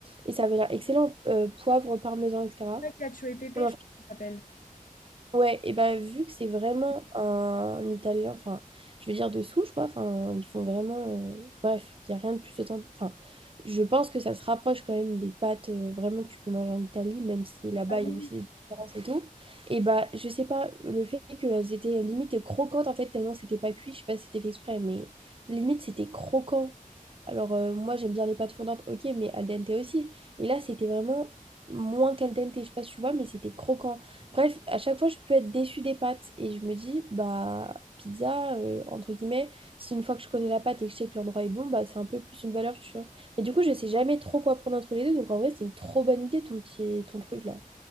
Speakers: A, on the right; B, on the left.
A: et ça avait l'air excellent, euh, poivre, parmesan, etc.
B: Ouais, Cacio et Pépé,
A: On
B: je crois que ça s'appelle.
A: Ouais, et bah vu que c'est vraiment un Italien, enfin, je veux dire de souche, quoi, enfin, ils font vraiment... euh, bref, il n'y a rien de plus authentique. Enfin, je pense que ça se rapproche quand même des pâtes euh, vraiment que tu peux manger en Italie, même si là-bas,
B: Ah
A: il
B: oui,
A: y a aussi des différences et tout. Et bah, je sais pas, le fait qu'elles étaient euh, limite croquantes, en fait, tellement c'était pas cuit, je sais pas si c'était fait exprès, mais limite, c'était croquant. Alors, euh, moi, j'aime bien les pâtes fondantes, ok, mais al dente aussi. Et là, c'était vraiment moins qu'al dente, je sais pas si tu vois, mais c'était croquant. Bref, à chaque fois, je peux être déçue des pâtes. Et je me dis, bah, pizza, euh, entre guillemets, si une fois que je connais la pâte et que je sais que l'endroit est bon, bah, c'est un peu plus une valeur sûre. Mais du coup, je sais jamais trop quoi prendre entre les deux. Donc, en vrai, c'est une trop bonne idée, ton petit, ton truc là.